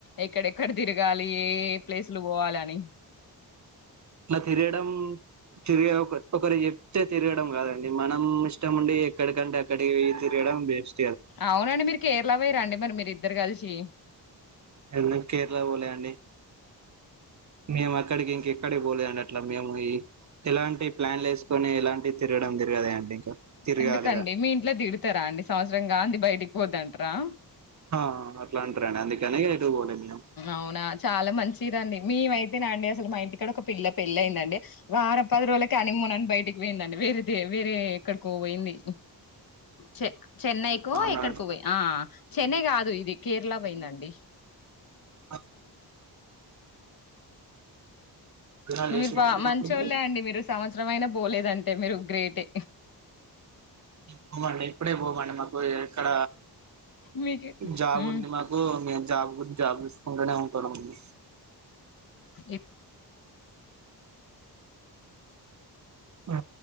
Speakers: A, on the left; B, on the right.
A: ఎక్కడెక్కడ తిరగాలి ఏ ఏ ప్లేస్లు పోవాలి అని
B: అట్లా తిరగడం తిరిగ ఒక ఒకరు చెప్తే తిరగడం కాదండి మనం ఇష్టం ఉండి ఎక్కడికంటే అక్కడికి తిరగడం బేస్ట్
A: అవునండి మీరు కేరళ పోయిరా రండి మరి మీరు ఇద్దరు కలిసి చే
B: ఎందుకు కేరళ పోలే అండి మేం అక్కడికి ఇంకె అక్కడ పోలేదుండి అట్లా మేము ఈ ఎలాంటి ప్లాన్లు వేసుకొని ఎలాంటివి తిరగడం తిరగదా అండి ఇంకా తిరగాలిగా
A: ఎందుకండి మీ ఇంట్లో తిడుతారా అండి సంవత్సరం గాందీ బయటిక్ పోతే అంటారా
B: ఆ అట్లా అంటారండి అందుకని ఎటు పోలే మేము
A: అవునా చాలా మంచ్ మంచిదండి మేం అయితేనా అండి అసలు మా ఇంటి కూడా ఒక పిల్ల పెళ్ళ అయిందండి వారం పదిరోజులకే హానీ మూన అని బయటక్ దండి వేరే వేరే ఎక్కడికో పోయింది చె చెన్నైకో
B: అవునా
A: ఎక్కడికో పోయి ఆ చెన్నై కాదు ఇది కేరళ పోయింది అండి
B: ఆ భోజనాలు
A: మీరు
B: చేసిండ్రా
A: ప
B: అండి
A: మంచోలే
B: ఇప్పుడు
A: అండి మీరు సంవత్సర చారం అయిన పోలేదంటే మీరు గ్రేటె
B: పోమండి ఎప్పుడే పోమాన్డి మాకు ఇక్కడ
A: మీకు
B: జాబ్
A: హ్మ్
B: ఉంది మాకు మేము జాబ్ గు జాబ్ చూసుకుంటూనే ఉంటానమండి
A: ఏ
B: ఆ